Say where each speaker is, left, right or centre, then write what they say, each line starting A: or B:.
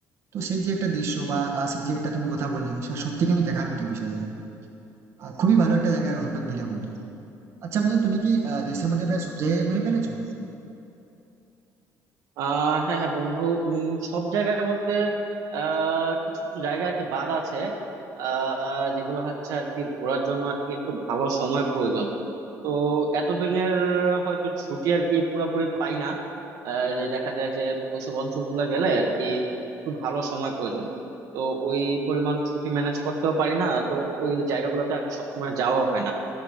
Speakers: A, on the right (about 45°); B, on the right (about 70°).
A: তো সেই যে একটা দৃশ্য বা আহ, সেই যে একটা তুমি কথা বললে সেটা সত্যি কিন্তু দেখার মতো বিষয় হবে আর খুবই ভালো একটা জায়গার অনুসন্ধান দিলে বন্ধু আচ্ছা বন্ধু তুমি কি আহ, দেশের মধ্যে প্রায় সব জায়গায় ঘুরে ফেলেছো
B: আহ হ্যাঁ হ্যাঁ বন্ধু উম, সব জায়গায় বলতে আহ কিছু কিছু জায়গা আর কি বাদ আছে আহ যেগুলো হচ্ছে আর কি ঘোরার জন্য আর কি একটু ভালো সময় প্রয়োজন তো এতদিনের হয়তো ছুটি আর কি পুরোপুরি পাই না আহ, যে দেখা যায় যে ওইসব অঞ্চলগুলো গেলে আর কি একটু ভালো সময় প্রয়োজন তো ওই পরিমাণ ছুটি ম্যানেজ করতেও পারি না তো ওই জায়গাগুলোতে আর কি সবসময় যাওয়া হয় না